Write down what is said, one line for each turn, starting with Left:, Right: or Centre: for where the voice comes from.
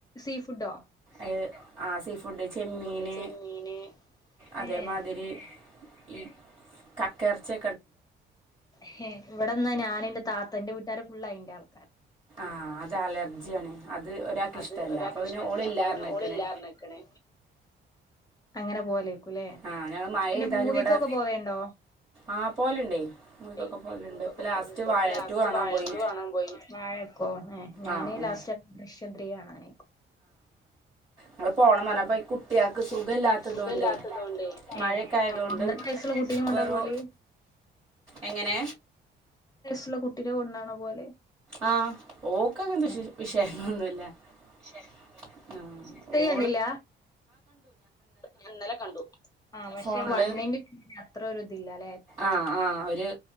Left: സീ ഫുഡോ
Right: ക്ക് ആ സീ ഫു ഫുഡ് ചെമ്മീന്
Left: ഫുഡ് ചെമ്മീന്
Right: അതേമാതിരി
Left: ഏഹ്
Right: ഈ കക്ക എർച്ചി
Left: ഹേ ഇവിടെന്നാ നാൻ ഇന്റെ താത്തന്റെ വീട്ടാര് ഫുള്ള് അയിന്റെ ആളാ
Right: ആ അത് അലർജിയാണ് അത്
Left: തന്നെ
Right: ഒരാൾക്ക്
Left: അത്
Right: ഇഷ്ടല്ല
Left: ഒരാൾക്ക്
Right: അപ്പൊ പിന്നെ
Left: ഇഷ്ടല്ല
Right: ഓളില്ലാ
Left: അപ്പൊ പിന്നെ
Right: പറഞ്ഞിക്കണ്
Left: ഓൾ ഇല്ലാറ്ണ്ക്ക്ണ് അങ്ങനെ പോവൽ എയ്ക്കും ക്കും ലെ
Right: ആഹ് ഞങ്ങൾ മഴ
Left: പിന്നെ
Right: പെയ്താൽ
Left: മൂവിക്കൊക്കെ
Right: ഇവിടെ
Left: പോവെണ്ടോ
Right: ആ പോലുണ്ടേ മൂവിക്കൊക്കെ
Left: ഇണ്ടെയ്
Right: പോലുണ്ട്
Left: മൂവിക്കൊക്കെ
Right: ഇപ്പ ലാസ്റ്റ്
Left: പേവെ ഇണ്ട്
Right: വാഴ
Left: ഇപ്പ ലാസ്റ്റ്
Right: ടു കാണാൻ
Left: വാഴ
Right: പോയി
Left: റ്റു. കാണാൻ പോയി വാഴക്കോ ഏ ഞാൻ
Right: ആ ഉം
Left: ലാസ്റ്റ് ഗബ്രിയെ കാണാനെയ്ക്കും
Right: ങ്ങൾ പോണംന്ന് പർഞ്ഞ്
Left: അടിപൊളി
Right: അപ്പം ഈ കുട്ട്യാക് സുഖല്ലാത്തതൊണ്ടേ
Left: കുട്ടിക്ക് സുഖല്ലാത്തതോണ്ടേ
Right: മഴക്കെ
Left: ഏഹ്
Right: ആയതോണ്ട്
Left: ഒന്നര വയസ്സുള്ള കുട്ടീനെ കൊണ്ടാ
Right: വെറു
Left: പോവല്
Right: എങ്ങനെ
Left: ട്ട്ള്ള കുട്ടിനെ കൊണ്ടാണോ പോവല്
Right: ആ ഓക്ക് അങ്ങൻത്തെ
Left: ഏഹ്
Right: വിശേഷ വിശയങ്ങളൊന്നുല്ല ച്ചെ ആ ഓ
Left: ണ്ടില്ല ഞാ ഇന്നലെ കണ്ടു പക്ഷെ
Right: ഫോണില്
Left: വണ്ണിന്റെ വീഡിയോ അത്രൊരു ഇതില്ലാ ലെ
Right: ആ ആ അവര്